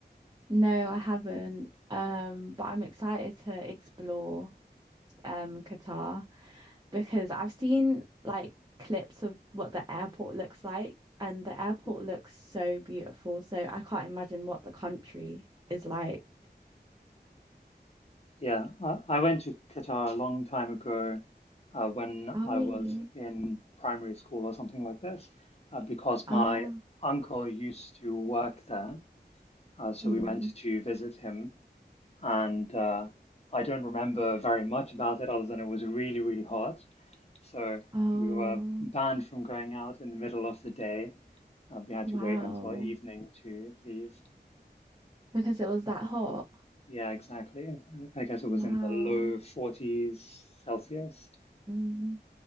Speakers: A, on the right (about 25°); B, on the left (about 35°).
A: No, I haven't. Um, but I'm excited to explore um Qatar because I've seen like clips of what the airport looks like, and the airport
B: Mm-hmm.
A: looks so beautiful. So I can't imagine what the country is like.
B: Yeah, I, I went to Qatar a long time ago uh, when
A: Oh,
B: I
A: really?
B: was in primary school or something like this, uh, because
A: Ah,
B: my uncle used to work there. Uh, so
A: mm.
B: we went to visit him, and uh, I don't remember very much about it other than it was really, really hot. So
A: Oh,
B: we were banned from going out in the middle of the day. Uh, we had
A: wow.
B: to wait until evening to leave.
A: Because it was that hot.
B: Yeah, exactly. I guess it
A: Wow.
B: was in the low 40s Celsius.
A: Mm.